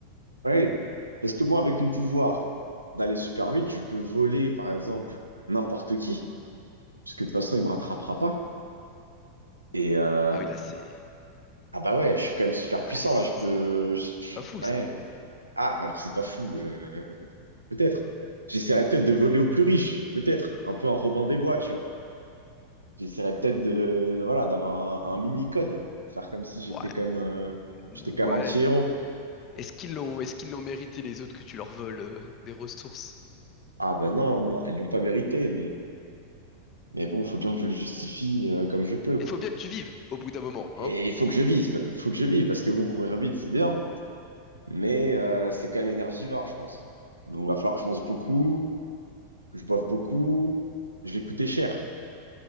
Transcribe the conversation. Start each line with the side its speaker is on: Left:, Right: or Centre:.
Right: Ouais, parce que moi, avec mon pouvoir d'aller super vite, je peux voler, par exemple, n'importe qui, puisque de toute façon, il me rattrapera pas. Et euh,
Left: Ah oui, là, c'est,
Right: ah bah ouais, je suis quand même super
Left: ah,
Right: puissant
Left: là, c'est,
Right: là. Je peux,
Left: c'est
Right: je- je-
Left: c'est pas fou, ça.
Right: ouais. Ah, alors c'est pas fou, euh, euh, peut-être. J'essaierai peut-être de voler aux plus riches, peut-être, un peu un Robin des Bois, tu vois. J'essaierai peut-être de, de- voilà, d'avoir un, un mini-code, faire comme si j'étais
Left: Ouais.
Right: quand même, euh,
Left: Ouais,
Right: j'étais quand même un petit
Left: mais
Right: héros.
Left: est-ce qu'ils l'ont, est-ce qu'ils l'ont mérité les autres que tu leur voles euh, des ressources?
Right: Ah ben non, non, ils l'ont pas mérité, Mais bon, faut bien que je le justifie euh, comme je peux, quoi.
Left: Il faut bien que tu vives au bout d'un moment,
Right: Et
Left: hein.
Right: il faut que je vise, pa- faut que je vive, parce que bon, courir vite, c'est bien, mais euh, c'est quand même énergivore, je pense. Donc, il va falloir que je mange beaucoup, que je boive beaucoup, je vais coûter cher.